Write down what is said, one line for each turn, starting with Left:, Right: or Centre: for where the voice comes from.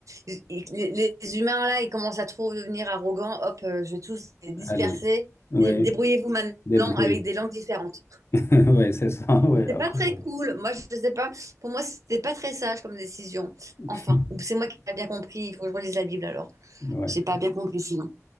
Right: les les- les humains là ils commencent à trop devenir arrogants hop euh, je vais tous les disperser
Left: allez, oui,
Right: Dé- débrouillez-vous maintenant
Left: débrouillez
Right: avec des langues différentes
Left: <laughs> Ouais, c'est ça, ouais,
Right: C'est
Left: absolument.
Right: pas très cool. Moi, je sais pas. Pour moi, c'était pas très sage comme décision.
Left: <laughs>
Right: Enfin, ou c'est moi qui n'ai pas bien compris. Il faut que je relise la Bible alors.
Left: Ouais.
Right: J'ai pas bien compris sinon.